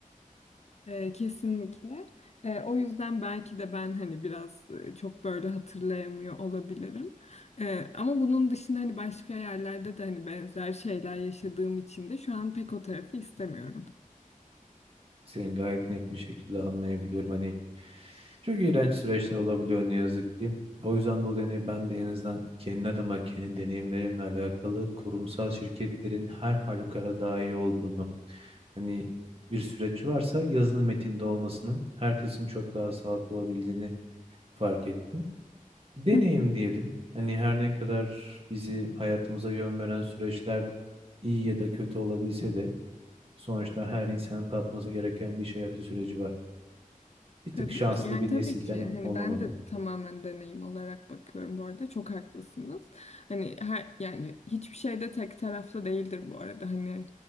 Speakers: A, on the left (about 50°); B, on the right (about 40°).
A: E, kesinlikle. E, o yüzden belki de ben hani biraz e, çok böyle hatırlayamıyor olabilirim. E, ama bunun dışında hani başka yerlerde de hani benzer şeyler yaşadığım için de şu an pek o tarafı istemiyorum.
B: Seni gayet net bir şekilde anlayabiliyorum. Hani çok iğrenç süreçler olabiliyor ne yazık ki. O yüzden dolayı hani ben de en azından kendi adıma, kendi deneyimlerimle alakalı kurumsal şirketlerin her halükarda daha iyi olduğunu, hani bir süreç varsa yazılı metinde olmasının herkesin çok daha sağlıklı olabildiğini fark ettim. Deneyim
A: <laughs>
B: diyelim. Hani her ne kadar bizi hayatımıza yön veren süreçler iyi ya da kötü olabilse de sonuçta her insanın tatması gereken bir iş hayatı süreci var. Bir tık
A: Tabii
B: şanslı
A: ki yani
B: bir
A: tabii
B: nesilden
A: ki hani
B: olamadık.
A: ben de tamamen deneyim olarak bakıyorum bu arada çok haklısınız. Hani her, yani hiçbir şey de tek taraflı değildir bu arada hani